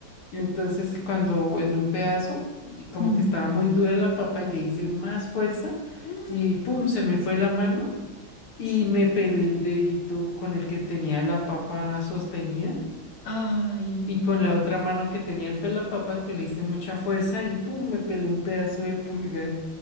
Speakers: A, on the left; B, on the left.
A: Entonces, cuando en un pedazo, y como
B: mm,
A: que estaba muy dura la papa y le hice más fuerza
B: mm,
A: y pum, se me fue la mano y
B: Sí.
A: me pelé el dedito con el que tenía la papa sostenida
B: Ay,
A: y
B: no.
A: con la otra mano que tenía el pelapapas, pues le hice mucha fuerza y pum, me pelé un pedazo del pulgar